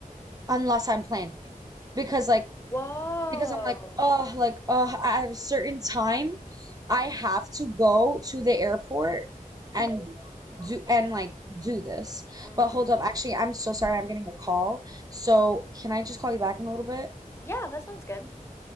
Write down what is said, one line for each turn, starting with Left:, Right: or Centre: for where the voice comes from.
Right: unless I'm planning it. Because like
Left: Whoa.
Right: because I'm like, oh, like, oh, at a certain time, I have to go to the airport and do and like do this.
Left: Mm-hmm.
Right: But hold up, actually, I'm so sorry. I'm getting a call. So can I just call you back in a little bit?
Left: Yeah, that sounds good.